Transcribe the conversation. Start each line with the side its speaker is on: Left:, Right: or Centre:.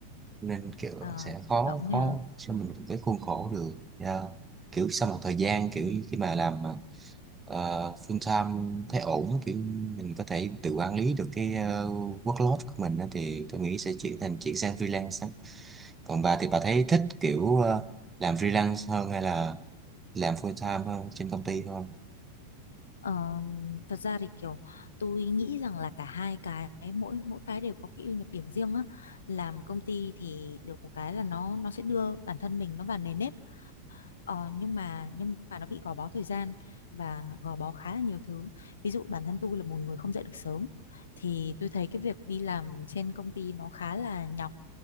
Right: nên kiểu
Left: à,
Right: sẽ khó
Left: thụ động ấy
Right: khó
Left: à.
Right: cho mình một cái khuôn khổ được Dạ. kiểu sau một thời gian kiểu khi mà làm mà, ờ, full time thấy ổn á, kiểu mình có thể tự quản lý được cái ờ, workload của mình á, thì tôi nghĩ sẽ chuyển thành chuyển sang freelance á. còn bà thì bà thấy thích kiểu ờ, làm freelance hơn hay là làm full time hơn trên công ty hơn
Left: Ờ, thật ra thì kiểu tôi nghĩ rằng là cả hai cái mỗi mỗi cái đều có cái ưu nhược điểm riêng á làm công ty thì được một cái là nó nó sẽ đưa bản thân mình nó vào nề nếp ờ, nhưng mà nhưng mà nó bị gò bó thời gian và gò bó khá là nhiều thứ ví dụ bản thân tôi là một người không dậy được sớm thì tôi thấy cái việc đi làm trên công ty nó khá là nhọc